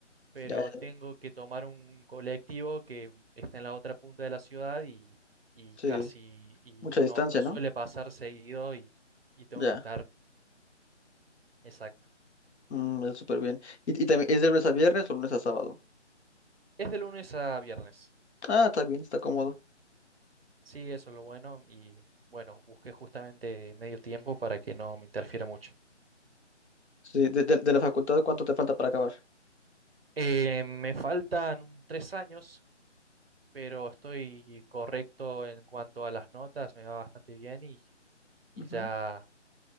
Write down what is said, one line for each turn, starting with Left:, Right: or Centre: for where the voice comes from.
Right: pero
Left: Ya,
Right: tengo
Left: ya,
Right: que tomar un colectivo que está en la otra punta de la ciudad y, y
Left: sí.
Right: casi, y
Left: Mucha
Right: no,
Left: distancia,
Right: no suele
Left: ¿no?
Right: pasar seguido y, y tengo
Left: Ya.
Right: que estar exacto.
Left: Mm, ya, súper bien. ¿Y, y también es de lunes a viernes o lunes a sábado?
Right: Es de lunes a viernes.
Left: Ah, está bien, está cómodo.
Right: Sí, eso es lo bueno y bueno, busqué justamente medio tiempo para que no me interfiera mucho.
Left: Sí, de, de- de la facultad, ¿cuánto te falta para acabar?
Right: Eh, me faltan un- tres años, pero estoy correcto en cuanto a las notas, me va bastante bien y, y
Left: Ujú.
Right: ya,